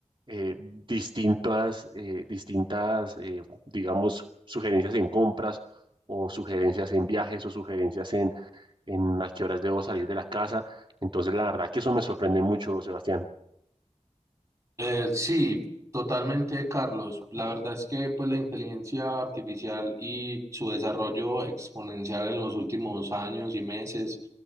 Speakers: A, on the right; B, on the right.
A: eh, distintas, eh, distintas eh, digamos, sugerencias en compras o sugerencias en viajes o sugerencias en, en a qué horas debo salir de la casa. Entonces, la verdad que eso me sorprende mucho, Sebastián.
B: Eh, sí, totalmente, Carlos. La verdad es que pues, la inteligencia artificial y su desarrollo exponencial en los últimos años y meses